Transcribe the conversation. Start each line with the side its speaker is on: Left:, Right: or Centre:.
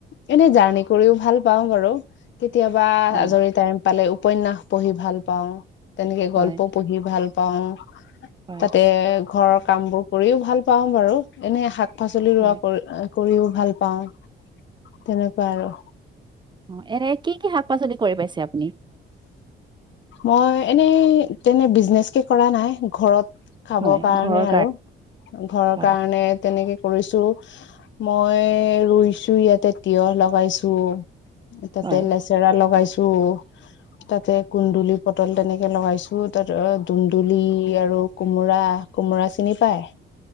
Left: এনে জাৰ্ণি কৰিও ভাল পাওঁ বাৰু। কেতিয়াবা
Right: অ
Left: আজৰি টাইম পালে উপন্যাস পঢ়ি ভাল পাও, তেনেকে গল্প
Right: হয়
Left: পঢ়ি ভাল পা পাওঁ,
Right: হয়
Left: তাতে ঘৰৰ কাম বোৰ কৰিও ভাল পাওঁ বাৰু। এনে শাক পাচলি ৰুৱা।
Right: হয়
Left: কৰিও ভাল পাওঁ, তেনেকুৱা আৰু।
Right: অ' এনে কি কি শাক-পাচলি কৰি পাইছে আপুনি?
Left: মই এনেই তেনে বিজনেচকে কৰা নাই। ঘৰত খাব
Right: হয়
Left: কাৰণে
Right: ঘৰৰ
Left: আৰু ঘৰৰ
Right: হয়
Left: কাৰণে তেনেকে। কৰিছো, মই ৰুইছো ইয়াতে তিয়হ লগাইছো, এ তাতে
Right: হয়
Left: লেচেৰা লগাইছো। তাতে কুন্দুলি, পটল তেনেকে লগাইছো। তাত দুন্দুলি আৰু কোমোৰা। কোমোৰা চিনি পায়?